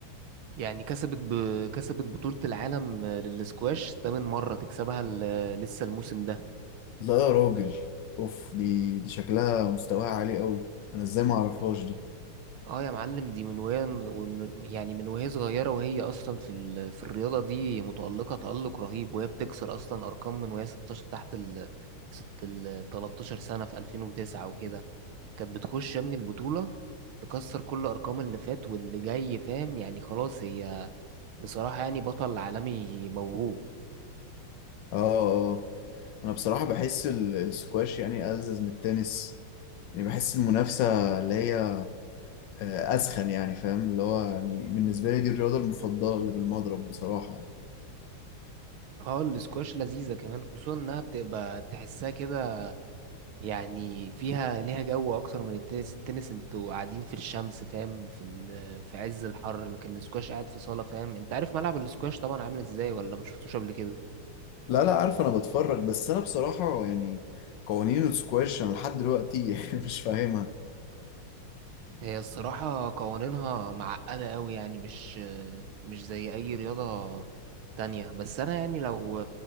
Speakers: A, on the right; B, on the left.
A: يعني كسبت ب... كسبت بطولة العالم للسكواش تامن مرة تكسبها ال- لسه الموسم ده
B: لا يا راجل أوف دي دي شكلها مستواها عالي قوي أنا إزاي ما أعرفهاش دي
A: اه يا معلم دي من وهي ومن- يعني من وهي صغيرة وهي أصلا في ال... في الرياضة دي متألقة تألق رهيب وهي بتكسر أصلا أرقام من وهي 16 تحت ال ست ال 13 سنة في 2009 وكده كانت بتخش يا ابني البطولة تكسر كل أرقام اللي فات واللي جاي فاهم يعني خلاص هي بصراحة يعني بطل عالمي موهوب
B: آه آه أنا بصراحة بحس ال- السكواش يعني ألذذ من التنس يعني بحس المنافسة اللي هي آه، أسخن يعني فاهم اللي هو يعني بالنسبة لي دي الرياضة المفضلة اللي بالمضرب بصراحة يعني.
A: اه الاسكواش لذيذة كمان خصوصا انها بتبقى تحسها كده يعني فيها ليها جو اكتر من التنس التنس انتوا قاعدين في الشمس فاهم في ال... في عز الحر لكن الاسكواش قاعد في صالة فاهم انت عارف ملعب الاسكواش طبعا عامل ازاي ولا ما شفتوش قبل كده
B: لا لا عارف انا بتفرج بس انا بصراحة يعني قوانين السكواش انا لحد دلوقتي <laughs> مش فاهمها
A: هي الصراحة قوانينها معقدة قوي يعني مش مش زي اي رياضة تانية بس انا يعني لو